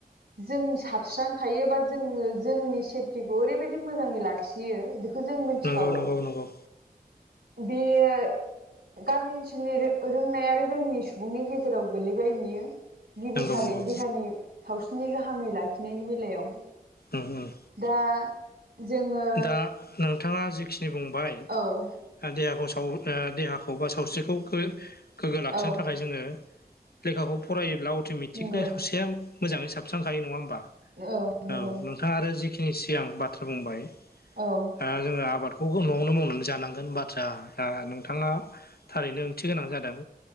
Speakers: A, on the right; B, on the left.
A: जों साबस्रांखायो बा जोङो जोंनि सिटिखौ ओरैबायदि मोजाङै लाखियो बेखौ बेखौ जों मोनथिखागौ
B: नंगौ नंगौ नंगौ
A: बेयो गामि ओनसोलनि रोंनाय आरो रोङै सुबुंनि गेजेराव गोलैबाय बियो गिबिथारै
B: नंगौ नंगौ
A: देहानि सावस्रिनि गाहामै लाखिनायनि बेलायाव
B: उम-उम
A: दा जोङो
B: दा नोंथाङा जेखिनि बुंबाय
A: औ
B: देहाखौ साव ओ देहाखौ बा सावस्रिखौ गोग्गो लाखिनो
A: औ
B: थाखाय जोङो लेखाखौ फरायोब्ला अट'मेटिकनो
A: नंगौ
B: सेम मोजाङै साबस्रांखायो नङा होमबा
A: औ नंगौ
B: औ नोंथाङा आरो जिखिनि सिगां बाथ्रा बुंबाय
A: औ
B: ओ जोङो आबादखौ न'आवनो मावनानै जानांगोन। बाथ्रायाआ नंगौ नोंथाङना थारैनो ओंथि गोनां जादों।